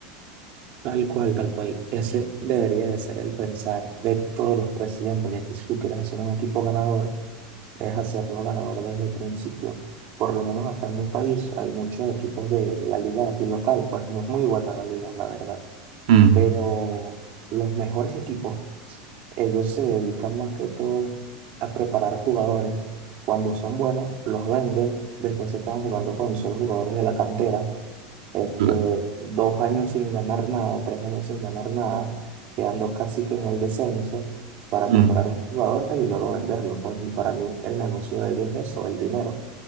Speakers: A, on the right (about 45°); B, on the right (about 85°).
A: Tal cual, tal cual. Ese debería de ser el pensar de todos los presidentes, ya que si tú quieres hacer un equipo ganador, debes hacerlo ganador desde el principio. Por lo menos acá en mi país hay muchos equipos de la liga aquí local, pues no es muy buena la liga, la verdad.
B: Mm,
A: Pero los mejores equipos, ellos se dedican más que todo a preparar jugadores. Cuando son buenos, los venden, después se quedan jugando con solo jugadores de la cantera este,
B: cla-
A: dos años sin ganar nada, tres años sin ganar nada, quedando casi que en el descenso para
B: mm.
A: preparar a los jugadores y luego venderlo. Pues, y para mí el negocio de ellos es eso, el dinero,